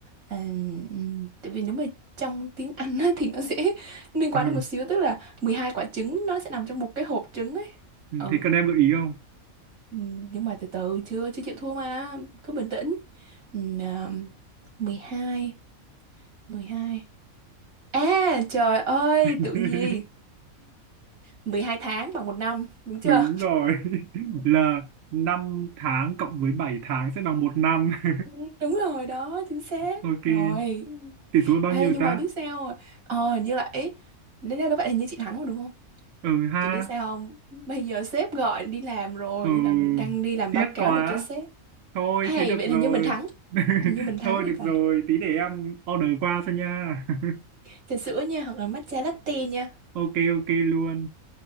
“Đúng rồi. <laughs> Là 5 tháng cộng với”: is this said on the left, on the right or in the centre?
Right